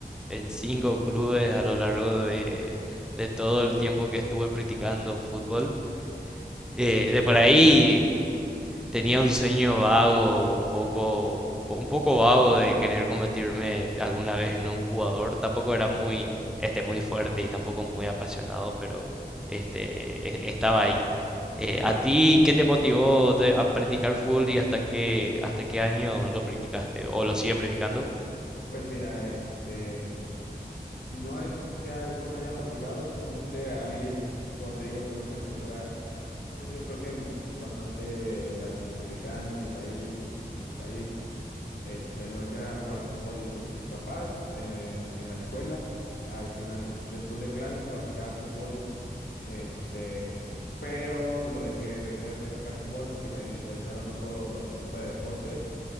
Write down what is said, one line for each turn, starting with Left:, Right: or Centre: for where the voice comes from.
Centre: en cinco clubes a lo largo de, de todo el tiempo que estuve practicando fútbol. Eh, de por ahí tenía un sueño vago, un poco, un po- un poco vago de querer convertirme alguna vez en un jugador. Tampoco era muy, este, muy fuerte y tampoco muy apasionado, pero este, e- estaba ahí. Eh, ¿a ti qué te motivó de- a practicar fútbol y hasta qué, hasta qué año lo practicaste o lo sigues practicando?
Left: Pues mira, este... No es que algo me haya motivado, simplemente a mí, como te digo, como es la cultura, pues yo creo que bastante latinoamericana en mi país, en, en tu país, este, me metieron a jugar fútbol mis papás en, en- en la escuela. Al final, después de clases, practicaba fútbol, este, pero lo dejé, dejé de practicar fútbol porque me interesaron otro, otro tipo de deportes